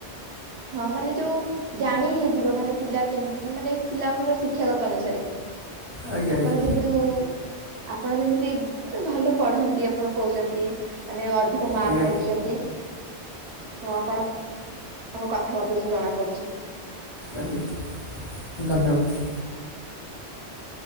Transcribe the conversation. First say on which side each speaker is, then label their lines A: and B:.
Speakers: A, on the right; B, on the left.
A: ହଁ ମାନେ ଯୋଉ। ଜାଣି ହେଇଯିବ ମାନେ ପିଲା କେ ମାନେ ପିଲାଙ୍କର ଶିକ୍ଷାଗତ ଅନୁସାରେ।
B: ଆଜ୍ଞା
A: ଆପଣ
B: ଆଜ୍ଞା
A: ଯେହେତୁ। ଆପଣ ଯେମିତି ମାନେ ଭଲ ପଢନ୍ତି ଆପଣ କହୁଛନ୍ତି ମାନେ ଅଧିକ ମାର୍କ
B: ଆଜ୍ଞା
A: ରଖିଛନ୍ତି ତ ଆପଣଙ୍କ କଥାବାର୍ତ୍ତା ସବୁ ଜଣା ପଡୁଛି।
B: ଆଜ୍ଞା ଧନ୍ୟବାଦ।